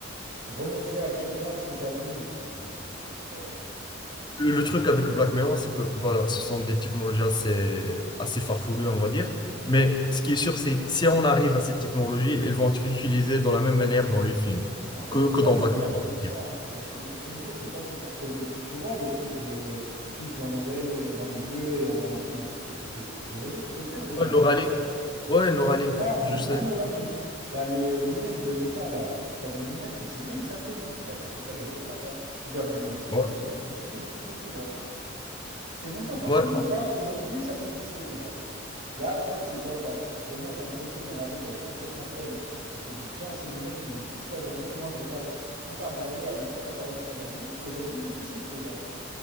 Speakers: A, on the right; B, on the left.
A: remontrer à quelqu'un ce que tu as vu. Non, mais c'est c'est- c'est incroyable.
B: Le, le truc avec Black Mirror, c'est que voilà, ce sont des technologies assez, assez farfelues, on va dire. Mais ce qui est sûr, c'est si on arrive à ces technologies, elles vont être utilisées de la même manière dans les films
A: Mais en fait,
B: que,
A: c'est
B: que
A: pas
B: dans
A: si
B: Black
A: farfelu
B: Mirror. je veux
A: que ça.
B: dire.
A: Les, les technologies, elles sont pas si farfelues. Tu vois, le truc de puce dans l'oreille, euh, dans les yeux, et on filme tout ce que tu fais. Aujourd'hui, tu peux le faire déjà.
B: Ouais, Neuralink. Ouais, Neuralink,
A: Non,
B: je
A: même
B: sais.
A: pas Neuralink. T'as les euh, lunettes de métal, là. T'as des lunettes que tu mets et ça filme. Bah, tu peux faire exactement ça. Tu gardes les lunettes toute
B: Ouais.
A: la journée et tu filmes tout ce que tu vois. C'est même pas farfelu.
B: Ouais.
A: Là, aujourd'hui, ça peut exister déjà. Là, peut-être si toi, t'as- demain, t'as une copine, elle arrive, elle est complètement folle. Elle te dit, tiens, ces lunettes, tu les mets toute la journée. et Moi, je regarde qui t'a regardé, avec qui t'as parlé toute la journée. Aujourd'hui, c'est possible déjà.